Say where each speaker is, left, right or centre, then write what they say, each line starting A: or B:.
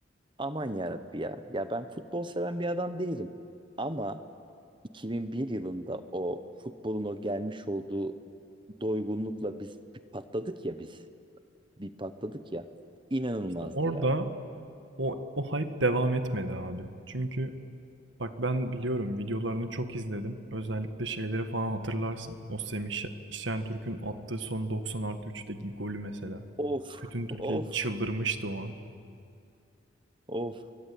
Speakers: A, on the right (about 25°); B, on the right (about 65°).
A: Aman yarabbi ya. Ya ben futbol seven bir adam değilim. Ama 2001 yılında o futbolun o gelmiş olduğu doygunlukla biz bir patladık ya biz. Bir patladık ya. İnanılmazdı
B: İşte orada
A: ya.
B: O, o hype devam etmedi abi. Çünkü bak ben biliyorum videolarını çok izledim. Özellikle şeyleri falan hatırlarsın. O Semih Şe- Şentürk'ün attığı son 90 artı 3'teki golü mesela.
A: Of
B: Bütün Türkiye
A: of
B: çıldırmıştı o an.
A: of.